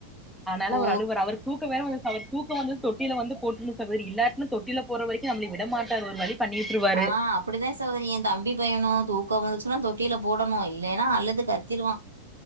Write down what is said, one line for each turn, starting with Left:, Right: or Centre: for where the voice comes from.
Centre: அதனால
Right: ஓ
Centre: அவரு அழுவாரு அவரு தூக்க வேற வந்சு அவரு தூக்க வந்து தொட்டில வந்து போட்டுன்னு சகோதரி இல்லாட்டி தொட்டில போற வரைக்கு நம்மள விட மாட்டார் ஒரு வழி பண்ணி விட்ருவாரு
Right: ஆஹ் அப்படித்தா சகோதரி ஏ தம்பி பையனு தூக் தூக்க வந்துச்சுன்னா தொட்டியில போடணு இல்லைன்னா அழுது கத்திருவா